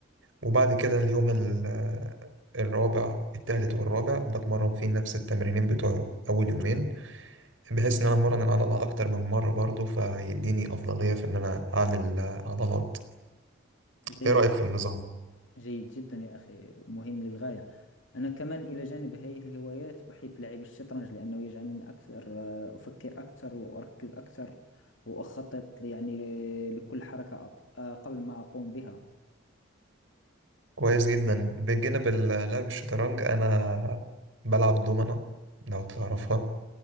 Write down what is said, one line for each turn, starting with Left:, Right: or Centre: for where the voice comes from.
Right: وبعد كده اليوم ال- آه، الرابع التالت والرابع بتمرن فيه نفس التمرينين بتوع أول يومين بحيث إن أنا أمرن العضلة أكتر من مرة برضو فيديني أفضلية في إن أنا أعمل آه، عضلات
Left: جيد
Right: إيه رأيك في النظام؟
Left: جيد جدا يا أخي مهم للغاية أنا كمان إلى جانب هذه الهوايات أحب لعب الشطرنج لأنه يجعلني أكثر آه، أفكر أكثر وأركز أكثر وأخطط يعني ل- يعني لكل حركة أ- آه، قبل ما أقوم بها
Right: كويس جدا بجانب ال- لعب الشطرنج أنا بلعب دومنة لو تعرفها